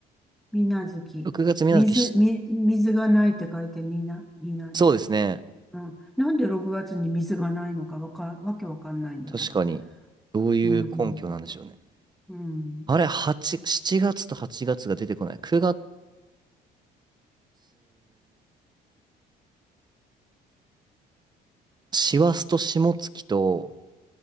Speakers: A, in the centre; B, on the right (about 25°).
A: みなずき。
B: 6月みな月し、
A: 水、み、水がないって書いてみな、みなずき。
B: そうですね。
A: うん。なんで6月に水がないのかわか、わけわかんないんだけど。
B: 確かに。どういう根拠なんでしょうね。
A: うん。うん。
B: あれ、8、7月と8月がつが出てこない。9月、師走と霜月と、